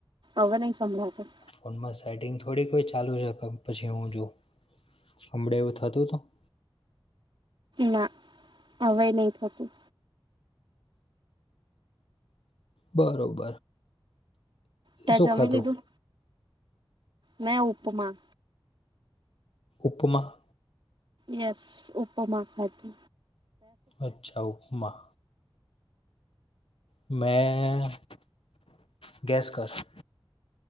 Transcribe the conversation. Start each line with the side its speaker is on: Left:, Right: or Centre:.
Right: હવે નહી સંભળાતુ.
Left: ફોનમાં સેટિંગ થોડી કોઈ ચાલુ હોય કમ પછી હું જોઉ હમડે એવું થતું તું?
Right: ના હવે નહી થતું
Left: બરોબર
Right: તે
Left: શું
Right: જમી
Left: ખાધું
Right: લીધું? મે ઉપમા
Left: ઉપમા.
Right: યસ ઉપમા ખાતે.
Left: અચ્છા ઉપમા. મેં ગેસ કર?